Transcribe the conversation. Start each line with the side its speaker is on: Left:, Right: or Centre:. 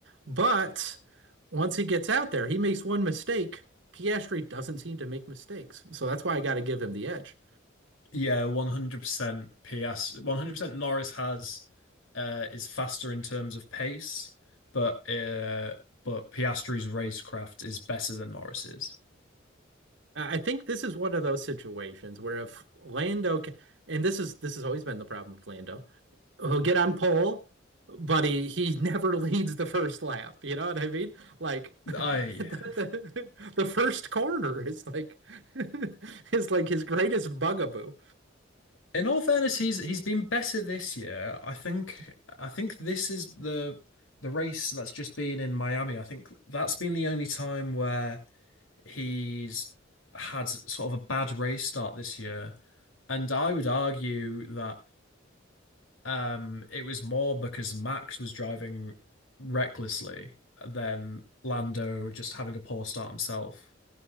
Right: but once he gets out there, he makes one mistake. Piastri doesn't seem to make mistakes, so that's why I got to give him the edge.
Left: Yeah, 100% PS. 100% Norris has uh is faster in terms of pace, but uh but Piastri's racecraft is better than Norris's.
Right: I think this is one of those situations where if Lando, ca and this is this has always been the problem with Lando, he'll get on pole, but he he <laughs> never leads the first lap. You know what I mean? Like <laughs>
Left: I yeah.
Right: the, the, the first corner is like <laughs> is like his greatest bugaboo.
Left: in all fairness, he's he's been better this year. I think I think this is the the race that's just been in Miami. I think that's been the only time where he's had sort of a bad race start this year. And I would argue that um, it was more because Max was driving recklessly than Lando just having a poor start himself.